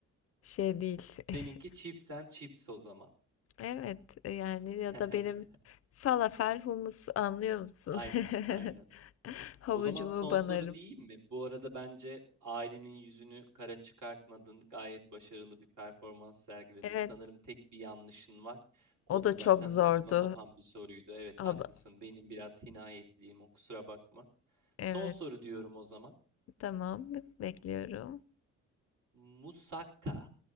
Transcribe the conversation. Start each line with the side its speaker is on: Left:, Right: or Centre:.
Left: şey değil.
Right: Seninki
Left: <laughs>
Right: chips and chips o zaman.
Left: Evet e, yani ya
Right: <laughs>
Left: da benim falafel humus anlıyor musun?
Right: Aynen, aynen.
Left: <laughs> Havucumu
Right: O zaman son
Left: banarım.
Right: soru diyeyim mi? Bu arada bence ailenin yüzünü kara çıkartmadın. Gayet başarılı bir performans sergiledin.
Left: Evet
Right: Sanırım tek bir yanlışın var. O
Left: O
Right: da
Left: da
Right: zaten
Left: çok zordu.
Right: saçma sapan bir soruydu. Evet,
Left: O
Right: haklısın.
Left: da-
Right: Benim biraz hinayetliyim. O kusura bakma.
Left: evet,
Right: Son soru diyorum o zaman.
Left: tamam. Bekliyorum.
Right: Musakka